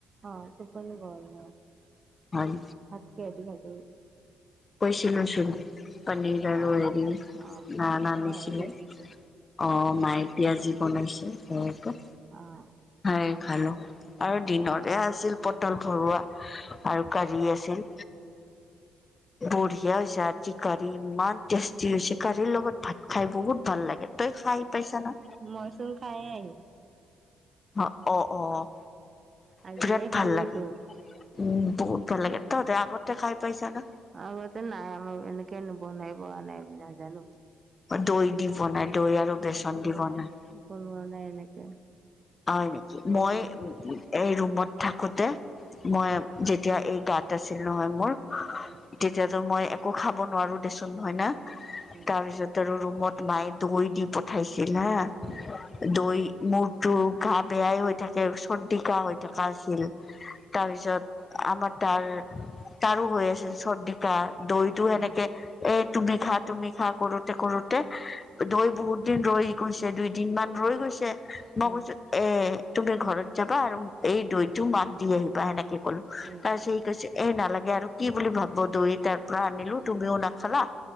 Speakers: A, on the right (about 40°); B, on the left (about 35°).
A: অ, টোপনী গল ন।
B: হয়।
A: মাতকেধিকাগ <unintelligible>
B: কৈছিলো চোন পনীৰ আৰু
A: অ',
B: হেৰি
A: অ',
B: না
A: অ',
B: নানিছিলে।
A: পাহৰি গৈছো
B: অ,
A: পাহৰি
B: মাই
A: অ',
B: পিয়াজি বনাইছো ঘৰতে।
A: অ',
B: খাই খালো আৰু দিনতে
A: অ',
B: আছিল পটল ভৰোৱা। আৰু গাড়ী আছিল, বুঢ়িয়ে হৈছে চি কাৰী ইমান টেষ্টি হৈছে, কাৰীৰ লগত ভাত খাই বহুত ভাল লাগে, তই খাই পাইছ নে?
A: মইছোন খায়ে আহিলো।
B: অ', অ', অ',
A: আজি
B: বিৰাট
A: এই খালা
B: ভাল
A: লৈছো।
B: লাগে উম, বহুত ভাল লাগে, তহতে আগতে খাই পাইছা না?
A: আগতে নাই আমাৰ এনেকে নবনাই বোৱা নাই নাজানো।
B: দৈ দি বনাই দৈ আৰু বেচন
A: আমাৰ
B: দি বনাই।
A: বনোৱা নে এনেকে?
B: হয় নেকি?
A: গম
B: মই
A: নাপাওঁ।
B: এই ৰুমত থাকোতে মই
A: উম,
B: যেতিয়া এই গাত আছিল নহয় মোৰ
A: উম।
B: তেতিয়াতো মই একো খাব নোৱাৰো দেচোন হয় না?
A: উম, উম,
B: তাৰ পিছত তৰ ৰুমত মায়ে দৈ দি পঠাইছিল হা।
A: উম,
B: দৈ মূৰটো ঘা বেয়াই হৈ থাকে, চৰ্দি - কাহ হৈ থকা আছিল।
A: উম, উম,
B: তাৰপিছত আমাৰ তাৰ, তাৰো হৈ আছিল চৰ্দি-কাহ। দৈটো এনেকে
A: অ', উম, উম, উম, অ',
B: এ তুমি খা তুমি খা কৰোতে কৰোতে দৈ বহুত দিন ৰৈ গৈছে, দুইদিনমান ৰৈ গৈছে।
A: উম,
B: মই কৈছো এ তুমি ঘৰত যাবা আৰু এই দৈটো মাক দি আহিবা সেনেকে কলো,
A: উম,
B: তাৰপিছত সি কৈছে এই নালাগে আৰু কি বুলি ভাবব'? দৈৰ দাব্বা আনিলো তুমিও নাখালা।